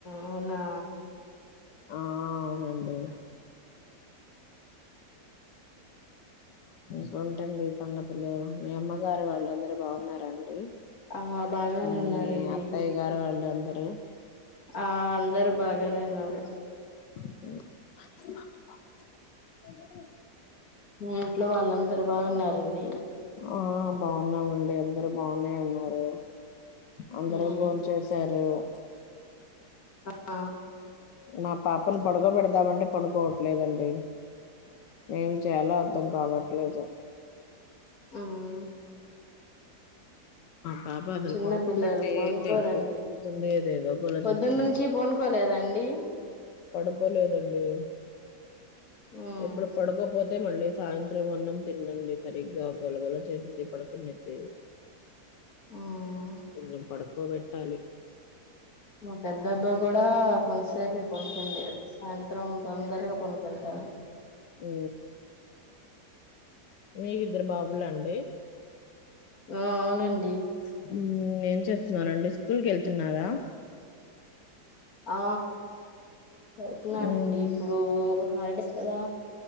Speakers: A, on the left; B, on the left.
A: అవునా
B: ఆ అవునండి ఇంకేటండి ఈ సంగతిలో మీ అమ్మగారు వాళ్ళందరుూ బాగున్నారా అండి
A: ఆ బాగానే
B: మీ
A: ఉన్నారండి
B: అత్తయ గారు వాళ్ళు అంత సర
A: ఆ అందరూ బాగానే ఉన్నారు
B: అ
A: ఇంట్లో వాళ్ళందరు బాగున్నారండి
B: ఆ బాగున్నామండి అందరు బాగునే ఉన్నారు అందరు
A: ఉమ్
B: బోన్ చేసారు <inaudible>
A: ఆ
B: నా పాపను పడుకో పెెడదామండి పడుకోవట్లేదండి ఏం చేయాలో అర్థం కావట్లేదు <inaudible> <inaudible>
A: ఉమ్
B: పాప అసలు
A: చిన్న
B: పడకోమంటే
A: పిల్లలు పనుకోరండి
B: ఏంటేంటో చేస్తుంది ఏదేదో గోల
A: పొద్దున్న
B: చేస్తుంది
A: నుంచి పోనుకోలేదండి
B: పడుకోలేదండి
A: ఉమ్
B: ఇప్పుడు పడుకోపోతే మళ్ళీ సాయంత్రం అన్నం తిినండి సరిగ్గా గొలగొల చేసింది పడుకున్నది
A: ఉమ్
B: కొంచెం పడుకో తాలి
A: మా పెద్ద అబ్బయి కూడా కొంతసేపు పడుకుంది సాయంత్రం తొందరగా పనుకుంటాారు
B: అ మీీకిద్దరు బాబుల అండి
A: ఆ అవునండి
B: <unintelligible> ఏం చేస్తున్నరండి స్కూల్ కి వెళ్తున్నారా
A: ఆ చదువుతున్నాడండి
B: హ్మ్.
A: ఇప్పుడు హాలిడేస్ కదా